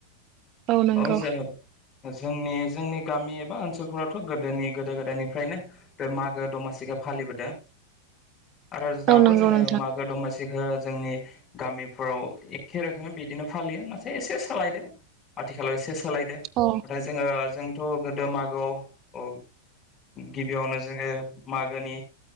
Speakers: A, on the right (about 35°); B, on the left (about 20°).
A: औ नंगौ
B: अ जो-जोंनि जोंनि गामि एबा ओनसोलफोरावथ' गोदोनि गोदो गोदायनिफ्रायनो बे मागो दमासिखो फालिबोदों।
A: <inaudible>
B: आरो दाबो
A: औ नंगौ
B: जोङो
A: नोंथां
B: मागो दमासिखो जोंनि गामिफोराव एखे रोखोमै बिदिनो फालियो नाथाय एसे सालायदों आथिखालाव एसे सोलायदों नाथाय
A: औ
B: जोङो जोंथ' गोदो मागोआव औ गिबियावनो जोङो मागोनि